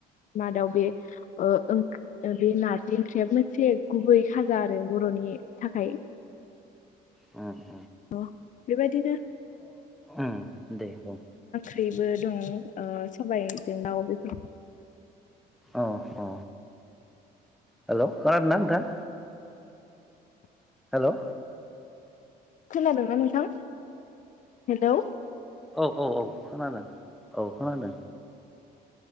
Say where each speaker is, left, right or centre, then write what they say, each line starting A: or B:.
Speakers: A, on the left; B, in the centre.
A: मादाव बे ओ ओंख बे नार्जि ओंख्रियाबो मोनसे गुबै खाजा आरो बर'नि थाखाय
B: ओम
A: अह बेबायदिनो
B: उम दे बुं
A: ख्रिबो दं सबायजों दाउ जोंबो दं
B: अ अ हेलौ खोनादों ना नोंथां हेलौ
A: खोनादोंना नोंथां। हेलौ
B: औ औ औ खोनादों औ खोनादों।